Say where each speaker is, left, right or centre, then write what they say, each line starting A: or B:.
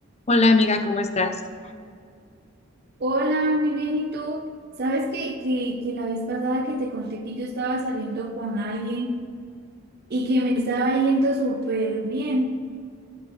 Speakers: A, on the left; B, on the right.
A: Hola amiga, ¿cómo estás?
B: Hola, muy bien. ¿Y tú? ¿Sabes que, que, que la vez pasada que te conté que yo estaba saliendo con alguien y que me estaba yendo súper bien?